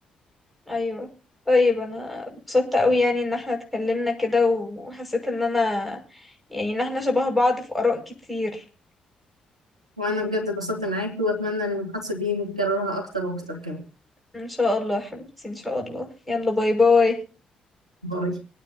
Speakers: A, in the centre; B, on the right.
A: أيوة طيب أنا اتبسطت أوي يعني إن احنا اتكلمنا كده وحسيت إن أنا يعني إن احنا شبه بعض في آراء كتير
B: وأنا بجد اتبسطت معاكي وأتمنى إن المحادثة دي نكررها أكتر وأكتر كمان
A: ان شاء الله يا حبيبتي ان شاء الله يلا باي باي
B: باي